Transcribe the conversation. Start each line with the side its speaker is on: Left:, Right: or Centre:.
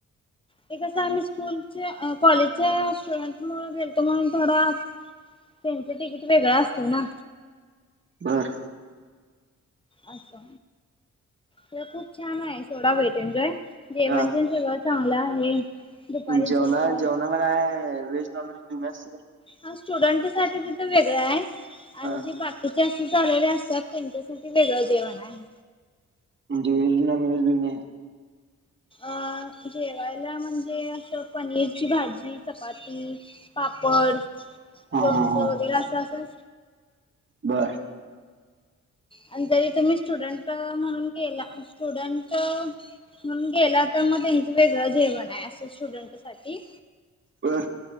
Left: ते कसं आम्ही स्कूलच्या अ कॉलेजच्या आ स्टुडंट मुळ गेलतो म्हणून थोडा आ ट्रेनचं तिकीट वेगळं असतेय ना
Right: बरं
Left: आच्छा तर खूप छान आहे सोडा वेट अँड जॉय जेवण
Right: हा
Left: पण सगळच चांगल आहे दुपारी
Right: जेवणा
Left: जेवण
Right: जेवणाला काये व्हेज नॉन व्हेज दोन्ही आसत काय
Left: हा स्टुडंट साठी तिथं वेगळं आहे आणि
Right: हा
Left: जी बाकीचे असेच आलेले त्यात त्यांच्यासाठी वेगळं जेवण आहे
Right: म्हणजे व्हेज आणि नॉन दोन्ही आहे
Left: अ जेवायला म्हणजे असं पनीरची भाजी चपाती पापड
Right: हा
Left: लोणचं
Right: हा हा
Left: वगैरे असं अन
Right: बर
Left: आणि जरी तरी तुम्ही स्टुडंट म्हणून केला स्टुडंट मम गेलं त म त्यांचं वेगळं जेवण आहे असं स्टुडंट साठी
Right: वा